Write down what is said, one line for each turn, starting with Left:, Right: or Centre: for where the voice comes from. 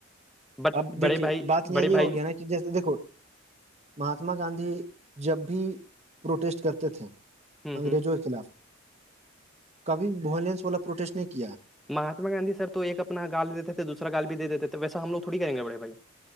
Centre: بٹ
Right: اب
Centre: بڑے
Right: دیکھیے
Centre: بھائی
Right: بات یہاں
Centre: بڑے
Right: یہ
Centre: بھائی
Right: ہوگیا نا کہ جیسے دیکھو مہاتما گاندھی جب بھی پروٹیسٹ کرتے تھے
Centre: ہوں
Right: انگریزوں
Centre: ہوں
Right: کے خلاف کبھی ولینس والا پروٹیسٹ نہیں کیا
Centre: مہاتما گاندھی سر تو ایک اپنا گال دیتے تھے دوسرا گال بھی د دیتے تھے ویسا ہم لو تھوڑی کریں گے بڑے بھائی